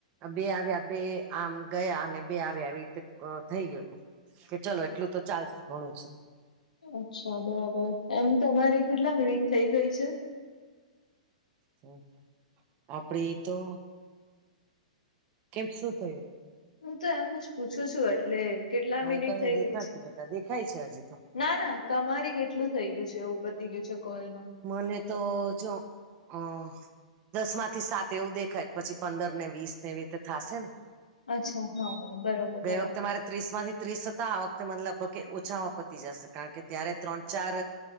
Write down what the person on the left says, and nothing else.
અચ્છા બરાબર એમ તમારી કેટલા મિનિટ થઇ ગઈ છે.
હું તો એમ જ પૂછું છું એટલે કેટલા
મિનિટ
થઈ
ગઈ છે
ના ના તમારી કેટલું થઈ ગયું છે એવું પતી ગયું છે કોલમાં
અચ્છા હા હા બરાબર
બરાબર